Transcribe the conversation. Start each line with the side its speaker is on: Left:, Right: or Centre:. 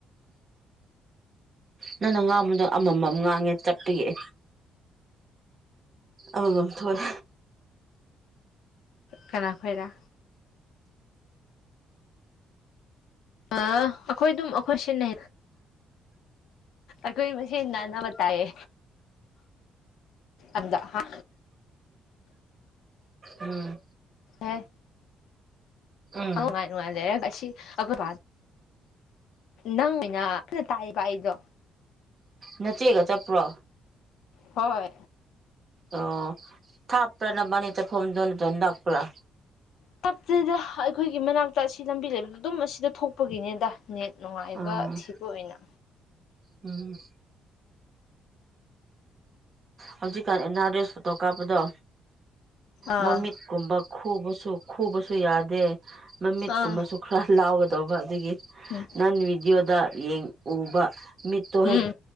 Right: ꯅꯪꯅ ꯉꯥꯡꯕꯗꯣ ꯑꯃꯃꯝ ꯉꯥꯡꯉꯦ ꯆꯠꯄꯒꯤ ꯑ ꯊꯣꯛ
Left: ꯀꯅꯥ ꯈꯣꯏꯥ ꯑ ꯑꯩꯈꯣꯏ ꯑꯗꯨꯝ ꯑꯩꯈꯣꯏ ꯁꯤꯟꯅꯩ ꯑꯩꯈꯣꯏ ꯃꯁꯤꯁꯅꯥꯅꯥꯕ ꯇꯥꯏꯌꯦ ꯑꯗ ꯍꯥ
Right: ꯎꯝ
Left: ꯑꯦ
Right: ꯎꯝ
Left: ꯑꯉꯥꯏꯅꯨꯡꯉꯥꯏꯖꯦꯁꯤ ꯑꯈꯣꯏ ꯅꯪꯃꯤꯅꯩꯅ ꯇꯥꯏꯕ ꯑꯩꯗꯣ
Right: ꯅꯆꯦꯒ ꯆꯠꯄ꯭ꯔꯣ
Left: ꯍꯣꯏ
Right: ꯑꯣ ꯊꯥꯞꯄ꯭ꯔꯥ ꯅꯕꯅꯤ ꯆ ꯐꯣꯝꯗꯅꯗꯅ ꯂꯥꯛꯄ꯭ꯔꯥ
Left: ꯞꯇꯗ ꯑꯩꯈꯣꯏꯒꯤ ꯃꯅꯥꯛꯇ ꯑꯁꯤ ꯂꯝꯕꯤ ꯂꯩꯕꯗ ꯑꯗꯨꯝ ꯑꯁꯤꯗ ꯊꯣꯛꯄꯒꯤꯅꯦꯗ ꯅꯦꯠ ꯅꯨꯡꯉꯥꯏꯕ
Right: ꯑꯣ
Left: ꯊꯤꯄꯅ
Right: ꯎꯝ ꯍꯧꯖꯤꯛꯀꯥꯟ ꯑꯦꯟ ꯑꯥꯔꯁ ꯐꯣꯇꯣ ꯀꯥꯞꯄꯗꯣ
Left: ꯑꯥ
Right: ꯃꯃꯤꯠꯀꯨꯝꯕ ꯈꯨꯕꯁꯨ ꯈꯨꯕꯁꯨ ꯌꯥꯗꯦ ꯃꯃꯤꯠꯀꯨꯝꯕꯁꯨ
Left: ꯑꯥ
Right: ꯈꯔ ꯂꯥꯎꯒꯗꯧꯕ ꯑꯗꯨꯗꯒꯤ
Left: ꯎꯝ
Right: ꯅꯥꯟ ꯏꯗꯌꯣꯗ ꯌꯦ ꯎꯕ ꯃꯤꯠꯇꯣ ꯍꯦꯛ
Left: ꯎꯝ